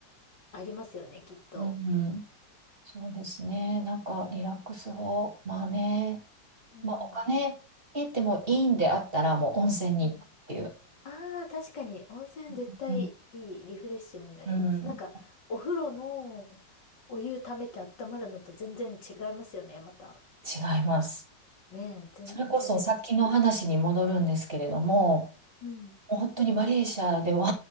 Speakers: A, on the left; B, on the right.
A: ありますよね、きっと。
B: うん、そうですね。なんかリラックス法、まあね、
A: うんうん
B: まあお金かけてもいいんであったらもう温泉に行くっていう。
A: うん。ああ、確かに、温泉絶対いいリフレッシュになります。
B: うん、うん
A: なんか、お風呂のお湯溜めて温まるのと全然違いますよね、また。
B: 違います。
A: ねえ、全然違います。
B: それこそさっきの話に戻るんですけれども、
A: うん。
B: もう本当にマレーシアでは